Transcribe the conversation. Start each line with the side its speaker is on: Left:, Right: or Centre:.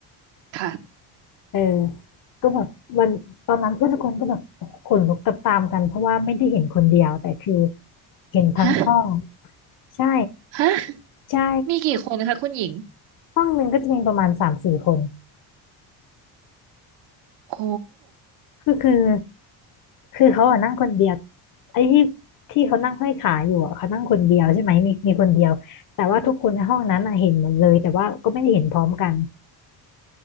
Right: ค่ะ
Left: เออก็แบบวันตอนนั้นเพื่อนทุกคนก็แบบขนลุกตามๆกันเพราะว่าไม่ได้เห็นคนเดียวแต่คือเห็นทั้งห้อง
Right: ฮะ
Left: ใช่
Right: ฮะ
Left: ใช่
Right: มีกี่คนนะคะคุณหญิง
Left: ห้องหนึ่งก็จะมีประมาณสามสี่คน
Right: โอ้
Left: ก็คือคือเขาอะนั่งคนเดียวไอ้ที่ที่เขานั่งห้อยขาอยู่อะเขานั่งคนเดียวใช่ไหมมีมีคนเดียวแต่ว่าทุกคนในห้องนั้นอะเห็นหมดเลยแต่ว่าก็ไม่ได้เห็นพร้อมกัน